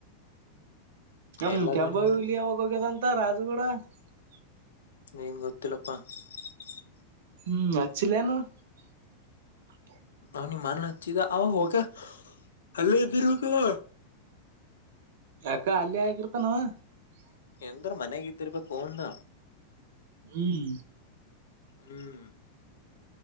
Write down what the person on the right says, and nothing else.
ನಮ್ಮ
ಕೆಂಬ
ಹುಲಿ ಯಾವಗ ಹೋಗ್ಯದಂತ ರಾಜು ಗೂಡ <unintelligible>
ಹೂ ಹಚ್ಚಿಲ ಏನು? <unintelligible>
ಯಾಕ ಅಲ್ಲಿ ಯಾಕ ಇರ್ತಾನ ಅವ <unintelligible>
ಹ್ಮ್